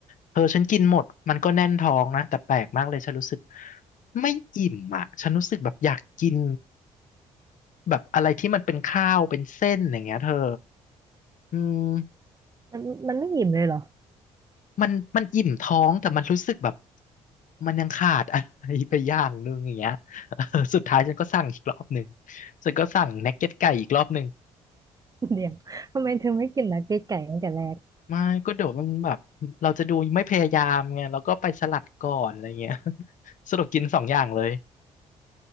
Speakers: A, on the left; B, on the right.
A: เธอฉันกินหมดมันก็แน่นท้องนะแต่แปลกมากเลยฉันรู้สึกไม่อิ่มอะฉันรู้สึกแบบอยากกินแบบอะไรที่มันเป็นข้าวเป็นเส้นอย่างเงี้ยเธออืม
B: ๆมันมันไม่อิ่มเลยเหรอ
A: มันมันอิ่มท้องแต่มันรู้สึกแบบมันยังขาดอะไรไปอย่างนึงอย่างเงี้ย <laughs> เออสุดท้ายฉันก็สั่งอีกรอบหนึ่งฉันก็สั่งนักเก็ตไก่อีกรอบหนึ่ง
B: เดี๋ยวทำไมเธอไม่กินนักเก็ตไก่ตั้งแต่แรก
A: ไม่ก็เดี๋ยวมันแบบเราจะดูไม่พยายามไงเราก็ไปสลัดก่อนอะไรเงี้ย <laughs> สรุปกินสองอย่างเลย